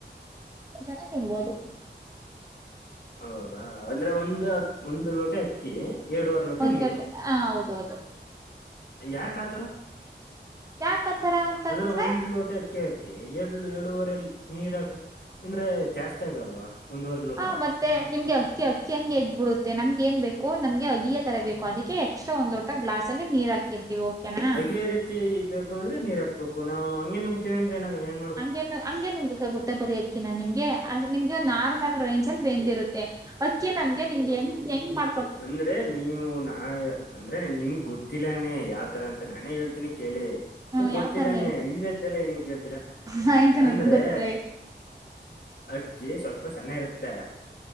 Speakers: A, on the right; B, on the left.
A: ಇಪ್ಪತ್ತ ಜನ ತಿನ್ನಬಹದು
B: ಹೌದಾ ಅಂದ್ರೆ ಒಂದು ಅ ಒಂದು ಲೋಟ ಅಕ್ಕಿ ಎರಡೂವರೆ
A: ಒಂದ
B: ನೀರು
A: ಲೋಟ ನಾ ಹ ಹೌದ ಹೌದು
B: ಯಾಕ ಆತರ
A: ಯಾಕತರ ಅಂತಂದ್ರೆ
B: ಅದ್ರ ಒಂದ್ ಲೋಟ ಅಕೆ ಅಕೆ ಎರಡ್ ಎರಡೂವರೆ ನೀರ್ ಹಾಕ ಅಂದ್ರೆ ಜಾಸ್ತಿ ಆಗಲ್ವಾ. ಒಂದೂವರೆ ಲೋಟ
A: ಹ ಮತ್ತೆ ಮತ್ತೆ ನಿಮ್ಗೆ ಅಕ್ಕಿ ಅಕ್ಕಿ ಹಂಗೆ ಎದ್ಬ ಬಿಡುತ್ತೆ ನಮ್ಗೆ ನ್ ಬೇಕು ನಮಗೆ ಅಗಿಯ ತರ ಬೇಕ ಅದಕ್ಕೆ ಎಕ್ಸ್ಟ್ರಾ ಒಂದ್ ಲೋಟ ಗ್ಲಾಸ್ ಅಲ್ಲಿ ನೀರ್ ಹಾಕಿರ್ತೀವಿ ಓಕೆನಾ
B: ಅಗೆಯ ರೀತಿ ಬೇಕು ಅಂದ್ರೆ ನೀರ್ ಹಾಕ್ಬೇಕು ನಾವು ಹಂಗೇನ್ ನುಂಗತಿವಿ ಅಂದ್ರೆ ನಾವೇನ್
A: ಹಂಗೇನು ಹಂಗೆನು ಗ ಗೊತ್ತಾ ಬರಿ ಅಕ್ಕಿನ ನಿಮ್ಗೆ ನಿಮ್ಗೆ ನಾರ್ಮಲ್ ರೇಂಜ ಅಲ್ಲಿ ಬೆಂದಿರುತ್ತೆ. ಅಕ್ಕಿ ನಮ್ಗೆ ನಿಮ್ಗೆ ಹೆಂಗ್ ಮಾಡ
B: ಅಂದ್ರೆ ನೀವು ನಾ ಅಂದ್ರೆ ನಿಮ್ ಗೊತ್ತಿಲ್ಲಾನೇ ಯಾವ್ತರ ಅಂತ ನಾನೇ ಹೇಳ್ತೀನಿ ಕೇಳಿ
A: ಹ್ಮ
B: ಇಲ್ಲ
A: ಯಾವ್
B: ಗೊತ್ತಿಲ್ಲಾನೇ
A: ತರ ಹೇಳಿ
B: ಇಲ್ದ ಇರ್ತಲ್ಲ ಏನಿಂಗ ಕೇಳ್ತೀರಾ
A: ಹ ಇಂತ
B: ಅಂದ್ರೆ
A: ನನ್ ಗೊತ್ತಿಲ್ಲ
B: ಅಕ್ಕಿ ಸ್ವಲ್ಪ ಸಣ್ಣ ಇರುತ್ತೆ